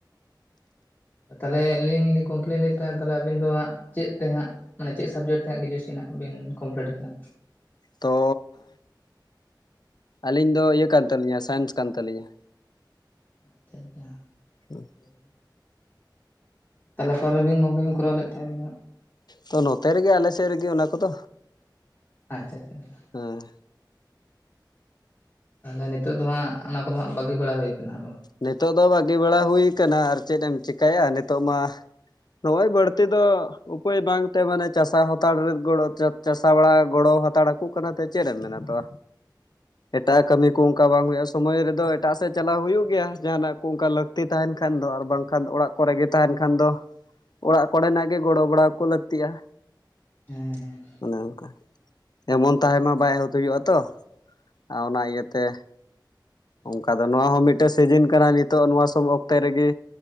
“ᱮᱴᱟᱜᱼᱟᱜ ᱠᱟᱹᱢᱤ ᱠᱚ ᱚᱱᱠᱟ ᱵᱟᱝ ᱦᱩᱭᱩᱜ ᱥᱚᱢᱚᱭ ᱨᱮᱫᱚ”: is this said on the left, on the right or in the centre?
Left